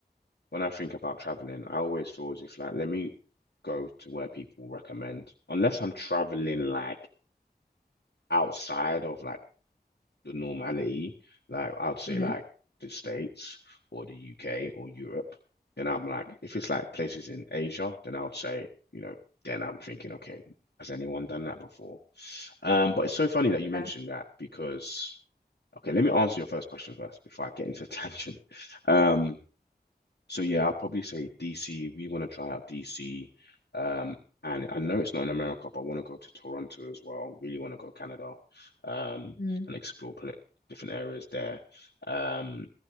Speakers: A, on the left; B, on the left.
A: when I think about traveling, I always feel as if like let me go to where people recommend. Unless I'm traveling like outside of like the normality, like I'd say
B: Mm-hmm.
A: like the States or the UK or Europe, then I'm like if it's like places in Asia, then I would say, you know, then I'm thinking, okay, has anyone done that before? Um, but it's so funny that you mentioned
B: Yeah.
A: that because okay, let me answer your first question first before I get into a <laughs> tangent. Um so yeah, I'll probably say DC. We want to try out DC. Um, and I know it's not in America, but I want to go to Toronto as well. Really want to go Canada, um,
B: Mm.
A: and explore pl different areas there. Um,